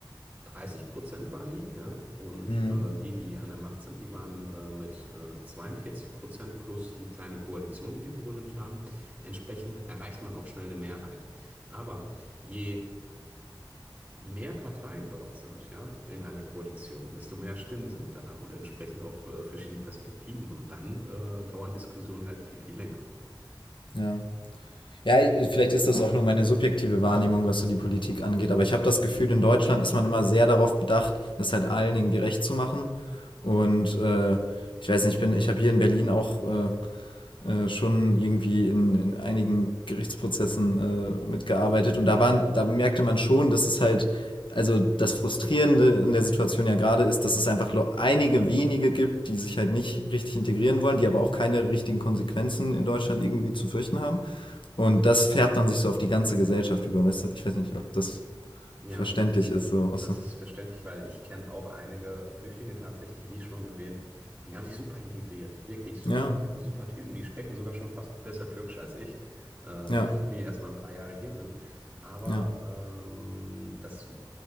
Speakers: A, on the right; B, on the left.
A: 30 Prozent waren die, ja. Und
B: Mhm.
A: äh, die, die an der Macht sind, die waren äh, mit äh, 42 Prozent plus die kleine Koalition, die die gegründet haben. Entsprechend erreicht man auch schnell eine Mehrheit. Aber je mehr Parteien dort sind, ja, in einer Koalition, desto mehr Stimmen sind da und entsprechend auch äh, verschiedene Perspektiven. Und dann äh, dauern Diskussionen halt viel, viel länger.
B: Ja. Ja, vielleicht ist das auch nur meine subjektive Wahrnehmung, was so die Politik angeht, aber ich habe das Gefühl, in Deutschland ist man immer sehr darauf bedacht, es halt allen irgendwie recht zu machen. Und äh, ich weiß nicht, ich bin, ich habe hier in Berlin auch äh, äh, schon irgendwie in, in einigen Gerichtsprozessen äh, mitgearbeitet und da waren, da merkte man schon, dass es halt, also das Frustrierende in der Situation ja gerade ist, dass es einfach lo- einige wenige gibt, die sich halt nicht richtig integrieren wollen, die aber auch keine richtigen Konsequenzen in Deutschland irgendwie zu fürchten haben. Und das färbt dann sich so auf die ganze Gesellschaft über, weißt du? Ich weiß nicht, ob das
A: Ja,
B: verständlich
A: das ist,
B: ist, so. aus-
A: das ist verständlich, weil ich kenne auch einige Flüchtlinge tatsächlich, wie schon erwähnt, die haben sich super integriert. Wirklich super,
B: Ja,
A: super Typen, die sprechen sogar schon fast besser Türkisch als ich, äh, <laughs>
B: ja,
A: obwohl die erst mal ein paar Jahre hier sind. Aber
B: ja,
A: ähm, das